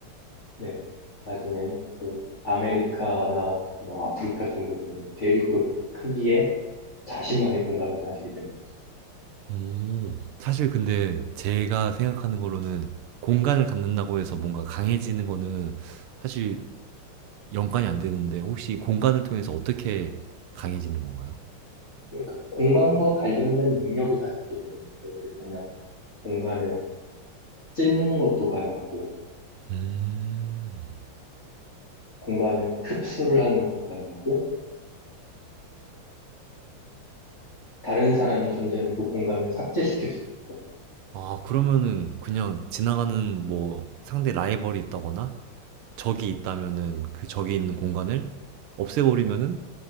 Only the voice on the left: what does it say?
네. 나중엔 그 아메리카나 뭐 아프리카 정도 되는 대륙급 크기의 자신만의 공간을 가지게 되는 거죠.
그러니까 공간과 관련된 능력을 가지게 되는 거죠. 이를테면 공간을 찢는 것도 가능하고요.
공간을 흡수를 하는 것도 가능하고 다른 사람이 존재하는 그 공간을 삭제시킬 수도 있고요.